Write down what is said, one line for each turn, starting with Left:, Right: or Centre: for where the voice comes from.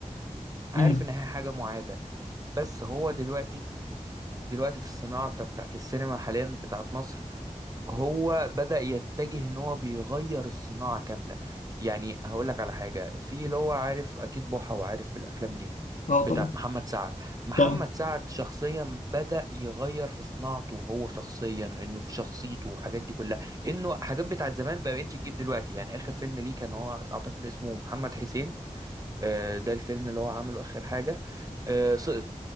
Right: عارف
Left: امم
Right: إن هي حاجة معادة بس هو دلوقتي دلوقتي في الصناعة بتاعت السينما حاليا بتاعت مصر هو بدأ يتجه ان هو بيغير الصناعة كاملة يعني هقول لك على حاجة في اللي هو عارف اكيد بوحة وعارف الافلام دي
Left: اه
Right: بتاعت
Left: طبعا
Right: محمد سعد محمد
Left: طبعا
Right: سعد شخصيا بدأ يغير في صناعته هو شخصيا انه في شخصيته والحاجات دي كلها انه حاجات بتاعت زمان ما بقتش تجيب دلوقتي يعني اخر فيلم ليه كان هو اعتقد اسمه محمد حسين آه، ده الفيلم اللي هو عمله آخر حاجة آه، سقط